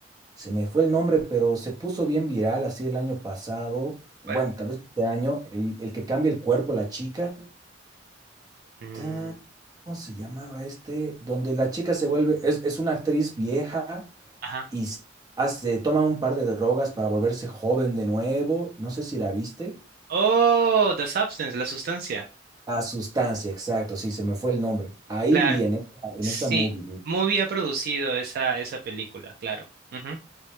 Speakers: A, on the right; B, on the right.
A: se me fue el nombre, pero se puso bien viral así el año pasado, bueno,
B: ¿Cuál?
A: tal vez este año, el, el que cambia el cuerpo, la chica,
B: Mm,
A: Ta- ¿cómo se llamaba este? Donde la chica se vuelve, es, es una actriz vieja
B: ajá.
A: y s- hace, toma un par de drogas para volverse joven de nuevo, no sé si la viste.
B: Oh, The Substance, la sustancia.
A: La sustancia, exacto, sí, se me fue el nombre. Ahí
B: claro
A: vi en esa, en
B: Sí,
A: esa movie. vi.
B: muy bien producido esa, esa película, claro. Ujú.